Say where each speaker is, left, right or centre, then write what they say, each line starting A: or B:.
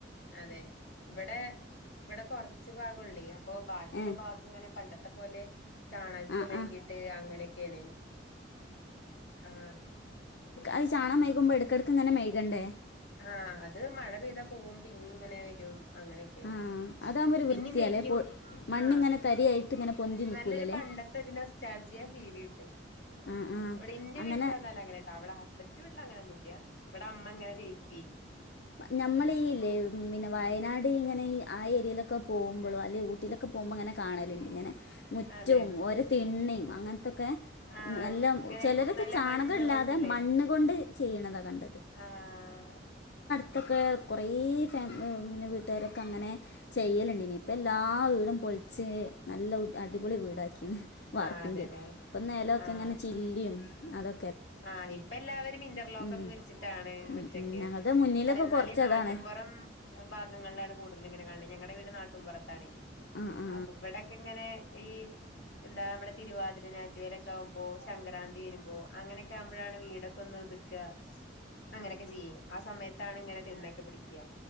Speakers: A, on the left; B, on the left.
A: അതെ ഇവടെ ഇവടെ കൊറച്ച് ഭാഗള്ളോയ് അപ്പൊ ബാക്കിള്ള
B: ഏഹ്
A: ഭാഗങ്ങനെ പണ്ട ത്ത പോലെ ചാണകക്കെ
B: ആഹ്
A: മെഴുകിയിട്ട്
B: ആഹ്
A: അങ്ങനെ ക്കേണ്. ആ
B: അയ് ചാണം മെഴ്‌കുമ്പോ എടക്കട് ക്ക്ങ്ങനെ മെഴ്‌കണ്ടേ?
A: ആ അത് മഴ പെയ്താ പോവും പിന്നിം ഇങ്ങനെ വരും. അങ്ങനെക്കെ
B: ആഹ് അതാവുമ്പോ ഒരു
A: പിന്നിം
B: വൃത്തിയാല്ലേ
A: തേക്കും
B: പൊ മണ്ണിങ്ങനെ
A: ആ
B: തരിയായിട്ട് ഇങ്ങനെ പൊന്തി നിക്കൂലല്ലേ
A: നല്ലൊരു പണ്ടത്തെ ഒരു നൊസ്റ്റാൾജിയ ഫീൽ കിട്ടും.
B: ആഹ് ആഹ്
A: ഇവിടെ ന്റെ
B: അങ്ങനെ
A: വീട്ടില് വന്നാല്ല് അങ്ങനെട്ടോ അവിടെ ഹസ്ബ എന്റെ വീട്ടില് അങ്ങനൊന്നും ഇല്ല ഇവിടെ അമ്മ ഇങ്ങനെ തേക്കേ
B: നഞമ്മളള് ഈ ഇല്ലേ പിന്നെ വയനാട് ഈ ഇങ്ങ ന്നെഈ ആ ഏര്യയിലൊക്കെ പോമ്പോളും അല്ലേ ഊട്ടില്ലോക്കെ പോമ്പോങ്ങനെ കാണലുണ്ട് ഇങ്ങനെ മുറ്റോം
A: അതെ
B: ഓര തിണ്മ് അങ്ങന് തൊക്കെ
A: ആഹ്
B: നല്ല
A: ഇങ്ങനെ
B: ചെലരൊക്കെ
A: നല്ല
B: ചാണകില്ലാതെ
A: മണ്ണ് കൊണ്ടില്ലേ
B: മണ്ണ് കൊണ്ട് ചെയ്യണത ക
A: ആഹ്
B: ത്തൊക്കെ കൊറേ ഫാമ് ങ്ങന്നെ വീട്ടരൊക്കെ അങ്ങനെ ചെയ്യലുണ്ട്നി യിപ്പം എല്ലാ വീടും പൊളിച്ച് നല്ല അടിപൊളി വീടാക്കി വാർപ്പിന്റെ
A: ആഹ് അതെല്ലേ
B: ഇപ്പൊ നില്ലൊക്കെ
A: ആഹ്
B: ഇങ്ങനെ ചില്ലിം അതൊ
A: ആഹ് ഇപ്പ എല്ലാവരും ഇന്റർലോക്ക്
B: ഇന്റർലോക്കൊക്കെ
A: ഒക്കെ വിരിച്ചിട്ടാണ്
B: വിരിച്ചിട്ടാണ്
A: മുറ്റക്കെ
B: വീട് ഞങ്ങളുടെ മുന്നിലൊക്കെ
A: അല്ല എന്നാല്
B: കുറച്ചതാണ്
A: ഈ നാട്ടുമ്പൊറം ഭാഗങ്ങളിലാണ് കൂടുതൽ ഇങ്ങനെ കാണുന്നത് ഞങ്ങടെ എന്റെ നാട്ടുംപുറ തണി
B: ആ ആ
A: അപ്പൊ ഇവിടൊക്കെങ്ങനെ ഈ എന്താ നമ്മുടെ തിരുവാതിര ഞാറ്റുവേല ഒക്കെ ആവുമ്പോ സംക്രാന്തി വരുമ്പോൾ അങ്ങനെ വുമ്പയാണ് വീട് ടക്കൊന്നു ഒതുക്കുവാ അങ്ങനെയൊക്കെ ചെയ്യും ആഹ് സമയത്ത് ട്ടാണ് ഇങ്ങനെ <unintelligible> പിടിക്കാ